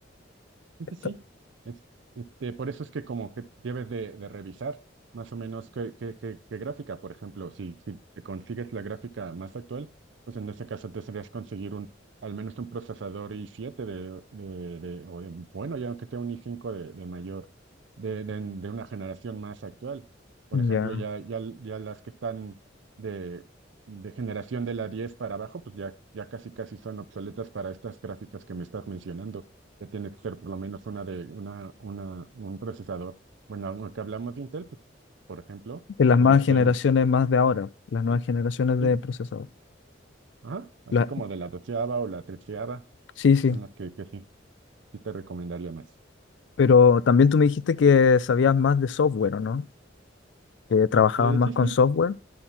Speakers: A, on the right; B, on the left.
A: Realmente
B: Está-
A: Sí, Es- este, por eso es que como que debes de, de revisar más o menos qué, qué, qué- qué gráfica, por ejemplo, si, si te consigues la gráfica más actual, pues en ese caso te serías conseguir un, al menos un procesador i siete de, de, de- o de, bueno, ya aunque sea un i cinco de, de mayor, de, de, de una generación más actual. Por
B: ya.
A: ejemplo, ya, ya, ya las que están de, de generación de la 10 para abajo, pues ya, ya casi casi son obsoletas para estas gráficas que me estás mencionando que tiene que ser por lo menos una de una, una, un procesador. Bueno, aunque hablamos de Intel, pues, por ejemplo,
B: En las
A: podría
B: más
A: ser
B: generaciones
A: un,
B: más de ahora, las nuevas
A: un-
B: generaciones
A: sí,
B: de procesador.
A: ajá, así
B: La-
A: como de la doceava o la treceava,
B: sí, sí.
A: son las que, que sí, sí te recomendaría más.
B: Pero también tú me dijiste que sabías más de software, ¿o no? Que trabajabas
A: Este,
B: más
A: sí,
B: con
A: sí,
B: software.